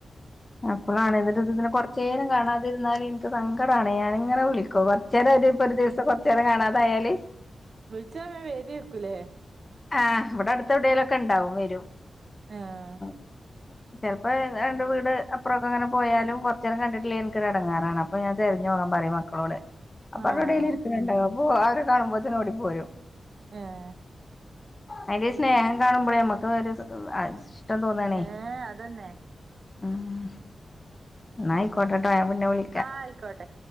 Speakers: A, on the left; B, on the right.
A: അപ്പളാണ് ഇന്നിട്ട് ത് ഇതിനെ കൊറച്ചേരം കാണാതിരുന്നാല് എനിക്ക് സങ്കടണ് ഞാനിഇങ്ങനെ വിളിക്കു പ ചിലവ രു ഇപ്പൊ ഒരു ദിവസം കുറച്ച നേരം കാണാതായാല്
B: വിളിച്ചാ വേം വേരെക്കൂല്ലേ
A: ആഹ് ഇവിടെ അടുവിടയിലൊക്കെ ഉണ്ടാവും വരും
B: ആഹ്
A: <unintelligible> ചെലപ്പൊ ഹേ രണ്ട് വീട് അപ്പറൊക്കെങ്ങനെ പോയാലും, കൊറച്ചേരം കണ്ടിട്ടില്ലെങ്ങിൽ ൻക്കൊരെടെങ്ങേറാണ്, അപ്പ ഞാ തെരഞ്ഞോകാൻ പറിം മക്ക ളോട് അപ്പ
B: ആഹ്
A: അവടൊവ്ടേലും ഇരിക്ക്‌ണ്ടാവും അപ്പോ, അവരെ കാണുമ്പോത്തിനോടി പോരും.
B: ഏഹ്
A: അയിൽ ഒര് സ്നേഹം കാണുമ്പോഴേ, നമ്മക്കഹ് ഒരു ഇഷ്ടം തോന്നാണേ!
B: ഏഹ് അതന്നെ
A: ഉം.. ന്നാ അയ്ക്കോട്ടെട്ടോ, ഞാപിന്നെ വിളി
B: ആഹ് അയ്ക്കോട്ടെ.